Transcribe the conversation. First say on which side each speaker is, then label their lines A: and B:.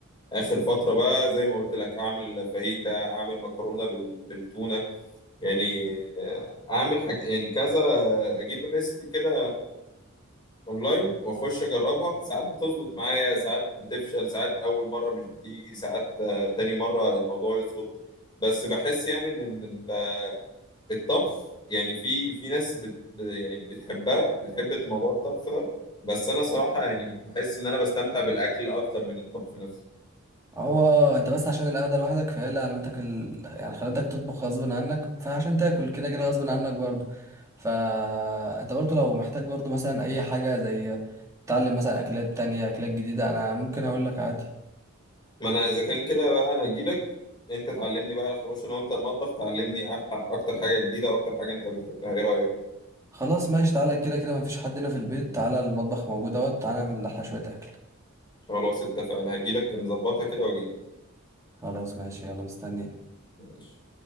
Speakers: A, on the left; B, on the right.
A: اخر فترة بقى زي ما قلت لك اعمل فاهيتا اعمل مكرونة بال- بالتونة يعني آه، اعمل حاجة يعني كذا آه، اجيب الريسبي كده اونلاين واخش اجربها ساعات بتظبط معايا ساعات بتفشل ساعات اول مرة مش بتيجي ساعات آه، تاني مرة الموضوع يظبط بس بحس يعني ان الطبخ يعني في في ناس بت ب- يعني بتحبها بتحب موضوع الطبخ ده بس انا صراحة يعني بحس ان انا بستمتع بالاكل اكتر من الطبخ نفسه
B: هو اه انت بس عشان القعده لوحدك فهي اللي علمتك ال... يعني خلتك تطبخ غصب عنك فعشان تاكل كده كده غصب عنك برضو فانت برضو لو محتاج برضو مثلا اي حاجه زي تتعلم مثلا اكلات تانية اكلات جديده انا ممكن اقول لك عادي
A: ما انا اذا كان كده بقى انا هجيلك انت تعلمني بقى نخش انا وانت المطبخ تعلمني أح- اكتر حاجة جديدة واكتر حاجة انت بتحبها ايه رأيك
B: خلاص ماشي تعالى كده كده مفيش حد هنا في البيت تعالى المطبخ موجود اهوت تعالى نعمل احلى شويه اكل
A: خلاص اتفقنا هجيلك نظبطها كده واجيلك
B: خلاص ماشي يلا مستنيك
A: ماشي